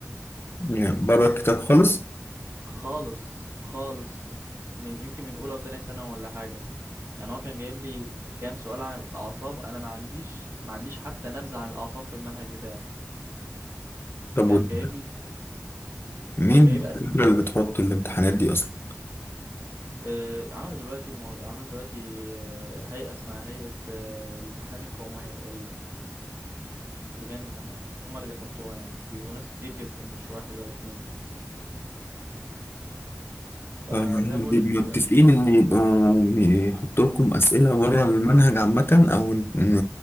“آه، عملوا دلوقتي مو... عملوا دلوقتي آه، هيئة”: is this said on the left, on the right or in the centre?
Right